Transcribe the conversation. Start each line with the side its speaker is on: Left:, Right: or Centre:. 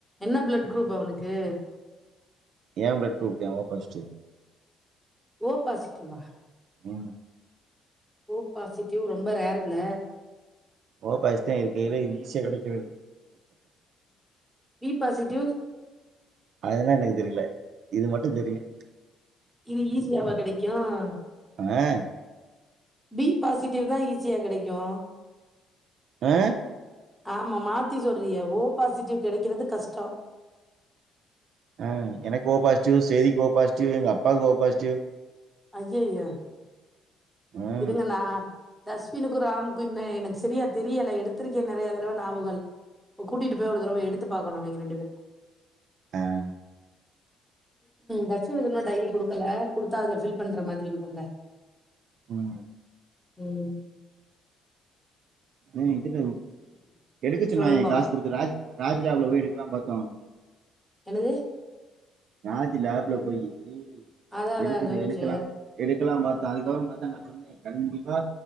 Centre: என்ன பிளட் குரூப் அவனுக்கு
Right: ஏ பிளட் க்ரூப் தாங்க ஒ பாஸிட்டிவ்
Centre: ஓ பாசிட்டிவா
Right: ம்
Centre: ஓ பாசிட்டிவ் ரொம்ப ரேர் இல்ல
Right: ஓ பாஸ்டிவ் இருக்கரதுல்லயே ஈசிய கிடைக்கதுங்
Centre: பி பாசிட்டிவ்
Right: அதுனா எனக்கு தெரியல இது மட்டும் தெரியும்
Centre: இது ஈஸியாவா கிடைக்கும்
Right: அஹ்
Centre: பி பாசிட்டிவ் தா ஈஸியா கிடைக்கும்
Right: ஆஹ்
Centre: ஆமா மாத்தி சொல்றியே ஓ பாசிட்டிவ் கிடைக்கிறது கஷ்டம்
Right: ஆஹ் எனக்கு ஓ பாசிட்டிவ் செரீக்கு ஓ பாசிட்டிவ் எங்க அப்பாவுக்கு ஓ பாசிட்டிவ்
Centre: ஐய்யோ
Right: ம்
Centre: இருங்கண்ணா தஸ்வனுக்கும் ராமுக்கும் இன்ன எனக்கு சரியா தெரியல எடுத்திருக்கே நிறைய தடவை நாபக இல்ல கூட்டிட்டு போய் ஒரு தரவ எடுத்து பாக்கணும் அவிங்க ரெண்டு பே இரு
Right: ஆஹ்
Centre: தக்சனுக்கு இன்னும் டைரி குடுக்கல குடுத்தா அதுல ஃபில் பண்ற மாதிரி இருக்கும்ல
Right: உம்
Centre: உம்
Right: உம் ம் எடுக்க சொன்னாங்க
Centre: சொல்லுங்க
Right: காசு கொடுக்கற ராஜ் ராஜ் லேப்ல போய் எடுக்கலாம் பாத்தோம்
Centre: என்னது
Right: ராஜ் லேப்ல போயி ம்
Centre: அதா அதா
Right: எடுக்குது
Centre: சொன்னுச்சு
Right: எடுக்கலாம் எடுக்கலாம் பா அதுக்க நான் சொன்னேன் கண்டிப்பா